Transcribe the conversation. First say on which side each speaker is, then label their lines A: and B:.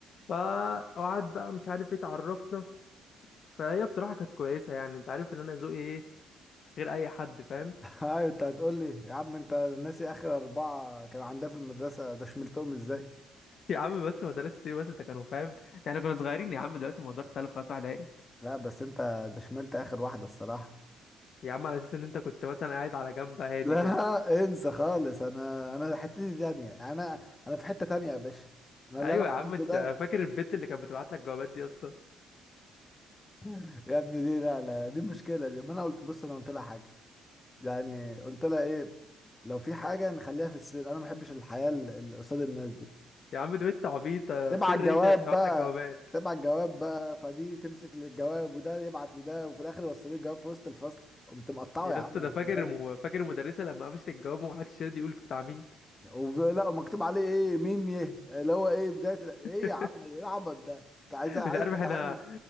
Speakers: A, on the left (about 50°); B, on the left (about 20°).
A: فقعد بقى مش عارف ايه اتعرفنا فهي بصراحه كانت كويسه يعني انت عارف ان انا ذوقي ايه غير اي حد فاهم
B: <laughs> ايوه انت هتقول لي يا عم انت ناسي اخر اربعه كان عندها في المدرسه ده شملتهم ازاي
A: يا عم بس مدرسة ايه بس انت كانوا فاهم يعني كنا صغيرين يا عم دلوقتي الموضوع اختلف خلاص واحد عاقل
B: لا بس انت ده شملت اخر واحده الصراحه
A: يا عم على اساس ان انت كنت مثلا قاعد على جنب
B: <laughs>
A: هادي
B: لا
A: كده
B: انسى خالص انا انا حتتي تانية انا انا في حته تانية يا باشا انا اللي
A: ايوه
B: انا
A: يا عم
B: عملته
A: انت
B: ده
A: فاكر البت اللي كانت بتبعت لك جوابات دي يا اسطى
B: <laughs> يا ابني دي لا لا دي مشكله دي ما انا قلت بص انا قلت لها حاجه يعني قلت لها ايه لو في حاجه نخليها في السر انا ما بحبش الحياه ال- ال- قصاد الناس دي
A: يا عم دي بنت عبيطه
B: تبعت
A: سر
B: جواب
A: ايه اللي بتبعت
B: بقى
A: لك جوابات
B: تبعت جواب بقى فدي تمسك للجواب وده يبعت لده وفي الاخر يوصلوا لي الجواب في وسط الفصل قمت مقطعه
A: يا
B: يا عم
A: اسطى ده
B: هتتجنن.
A: فاكر الم... فاكر المدرسه لما قفشت الجواب ومحدش راضي يقول بتاع مين
B: وف- لا ومكتوب عليه ايه ميم يه اللي هو ايه بدايه ال- ايه
A: <laughs>
B: يا عم ايه العبط ده انت عايز عايز
A: مش عارف
B: تمتحني
A: احنا